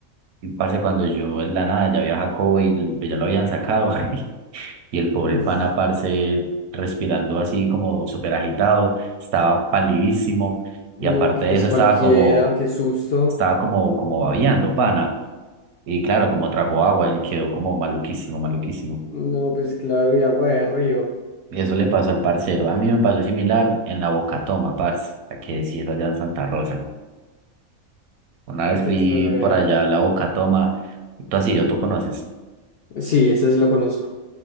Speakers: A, on the right; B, on the left.
A: Y parce, cuando yo en la nada ya había Jacobo y pues, ya lo habían sacado. <laughs> Y el pobre
B: uf,
A: pana, parce, respirando así como súper agitado, estaba palidísimo.
B: no,
A: Y aparte
B: que
A: de
B: pues
A: eso,
B: cualquiera,
A: estaba como,
B: qué susto.
A: estaba como, como babeando, pana. Y claro, como tragó agua y quedó como maluquísimo, maluquísimo.
B: No, pues claro, y agua de río.
A: Eso le pasó al parcero. A mí me pasó similar en la Bocatoma parce, la que sí es allá en Santa Rosa. Una
B: ¿Y
A: vez
B: qué
A: fui
B: te pasó ya?
A: por allá a la Bocatoma Tú has ido, tú conoces.
B: Sí, esa sí la conozco.